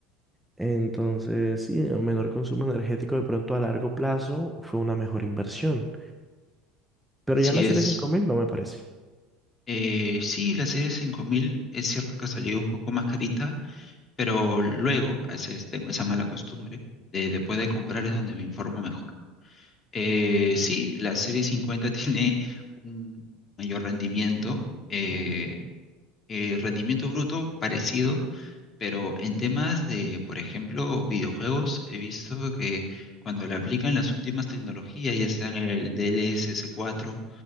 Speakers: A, in the centre; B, on the left.
A: Entonces, sí, el menor consumo energético de pronto a largo plazo fue una mejor inversión. Pero
B: Así
A: ya en la
B: es.
A: serie cinco mil no me parece.
B: Eh, sí, la serie 5000 es cierto que ha salido un poco más carita, pero luego, a veces tengo esa mala costumbre, de después de comprar es donde me informo mejor. Eh, sí, la serie 50 <laughs> tiene un mayor rendimiento, eh, eh, rendimiento bruto parecido Pero en temas de, por ejemplo, videojuegos, he visto que cuando le aplican las últimas tecnologías, ya sean el dlss cuatro